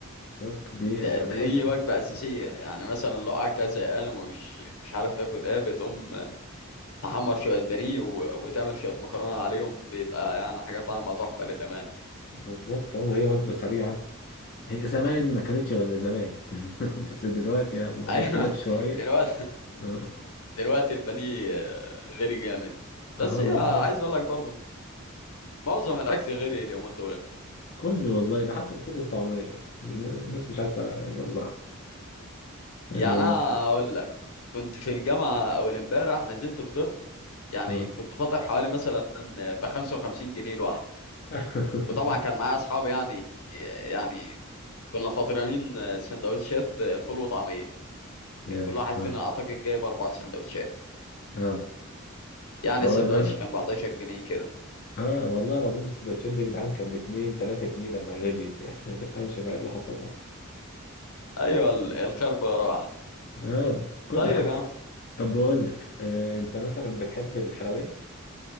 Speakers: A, on the left (about 45°); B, on the left (about 85°).
A: شفت دي
B: ده ده
A: بحب
B: دي وجبه اساسيه يعني مثلا لو قاعد كده زهقان ومش مش عارف تاكل ايه بتقوم تحمر شويه بانيه و- وتعمل شويه مكرونه عليهم بيبقى يعني حاجه طعمها تحفه للامانه
A: بالظبط اه وهي وجبة سريعة هي زمان ما كانتش غير زمان <laughs> بس دلوقتي لا الموضوع
B: <laughs> ايوه
A: اختلف شوية
B: دلوقتي
A: اه
B: دلوقتي البانيه غير جامد
A: اه
B: بس هي
A: والله
B: عايز اقول لك برضه معظم الاكل غالي اليومين دول
A: كله والله ده حتى الفول والطعمية الن- الناس مش عارفة يلا اه
B: يعني انا هقول لك كنت في الجامعه اول امبارح نزلت فطرت يعني
A: اه
B: كنت فاطر حوالي مثلا ب 55 جنيه لوحدي
A: <laughs>
B: وطبعا كان معايا اصحابي يعني يعني كنا فاطرين سندوتشات فول وطعميه
A: يا
B: كان كل واحد
A: اه
B: فينا اعتقد جايب اربع سندوتشات
A: اه
B: يعني
A: فولا
B: السندوتش كان ب 11 جنيه كده
A: اه والله العظيم السندوتشات دي يا جدعان كان باتنين تلاتة جنيه لما غليت يعني <laughs> ما تفهمش بقى إيه اللي حصل ده
B: ايوه ال- الخربة راح
A: اه كل
B: طيب
A: حاجة
B: يا عم
A: طب بقول لك آه انت مثلا بتحب الحلويات